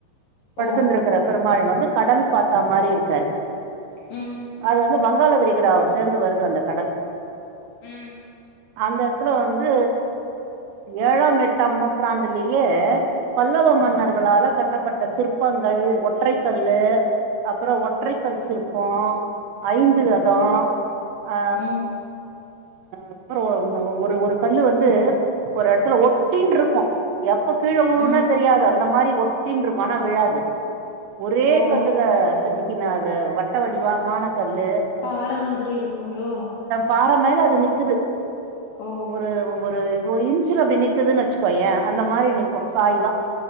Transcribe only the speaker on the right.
படுத்துன்
இருக்கர பெருமாள் வந்து கடன் பாத்தா மாரி இருக்காரு
அது வந்து வங்காள விரிகுடாவ சேர்ந்து வருது அந்த கடல்
அந்த த்துல வந்து ஏழாம் எட்டாம் நூற்றாண்டுலயே பல்லவ மன்னர்களால கட்டப்பட்ட சிற்பங்கள் ஒற்றை கல்லு அப்புறோ ஒற்றைக்கல் சிற்போ ஐந்து ரதோ ஆ
அப்புறோ ஒன்னு ஒரு ஒரு கல்லு வந்து ஒரு எடத்துல ஒட்டினு இருக்கு எப்ப கீழே உழுனே
தெரியாது அந்த மாரி ஒட்டின்ருக்கு ஆனா விழாது ஒரே
கல்லுல செதிக் கின அது வட்ட வடிவமானக் கல்லு
பார மேல அது நிக்குது
ஒரு ஒரு ஒரு இன்ச்சல அப்டி நக்குதுன்னு வச்சுக்கோயே அந்த மாரி நிக்கு சாய்வா